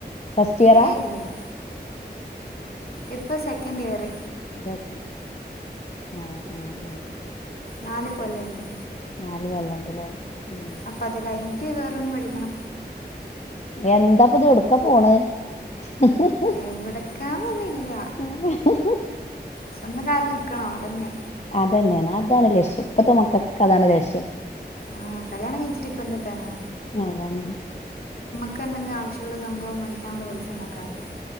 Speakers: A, on the left (about 40°); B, on the left (about 55°).
A: ഫസ്റ്റ് ഇയറാ
B: ഏയ് ഇല്ല ഇല്ല ഇപ്പൊ സെക്കഡ് ഇയര്
A: ജക്ക ആ ആ ആ
B: നാല് കൊല്ലല്ലേ
A: നാല് കൊല്ലണ്ട്ല്ലേ ഉം
B: അപ്പൊ അത് കഴിഞ്ഞിട്ട് വേറൊന്ന് പഠിക്കണം
A: എന്താപ്പത് ഔട്ക്ക പോണ <unintelligible>
B: എവിടക്കാന്നൊന്നില്ല സ്വന്തം കാല് ല് നിക്കണം അതന്നെ
A: അതെന്നാണ് അതാണ് ലക്ഷ്യം ഇപ്പത്തെ മക്കൾക്ക് ഒക്കെ അതാണ് ലക്ഷ്യം
B: ആഹ് കല്യാണം കഴിച്ചിട്ട് ഇപ്പ എന്തിട്ടനാ
A: അതാണ്
B: ഒക്ക ഉണ്ടെങ്കിൽ ആവശ്യുള്ള സംഭവം മേടിക്കാനുള്ള പൈസ ഉണ്ടാക്കാ ആദ്യം